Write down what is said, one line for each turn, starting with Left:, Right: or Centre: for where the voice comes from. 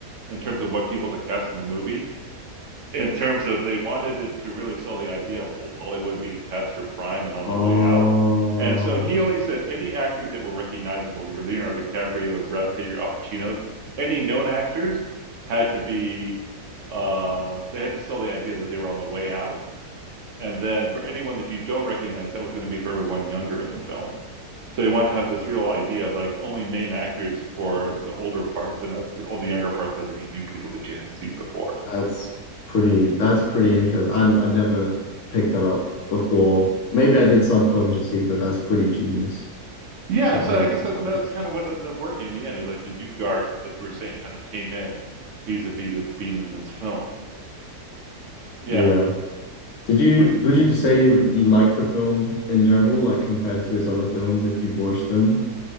Right: in terms of what people to cast in the movie in terms of they wanted it to really sell the idea of old Hollywood being past their prime and on
Left: Oh,
Right: the way out. And so he only said any actors that were recognizable, your Leonardo DiCaprio, Brad Pitt, your Al Pacinos, any known actors had to be, um, they had to sell the idea that they were on the way out. And then for anyone that you don't recognize, that was going to be for everyone younger in the film. So he wanted to have this real idea of like only name actors for the older parts, and uh, for all the younger parts had to be new people that you hadn't seen before.
Left: that's pretty that's pretty interesting. I I never picked that up before. Maybe I did subconsciously, but that's pretty genius.
Right: Yeah,
Left: Not
Right: so
Left: really
Right: I guess that
Left: like,
Right: that's kind of what ended up working in the end is like the new guard, as you were saying, kind of came in vis-a-vis it being in this film. Yeah,
Left: yeah. Did you
Right: which
Left: would you say you like the film in general, like compared to his other films if you've watched them?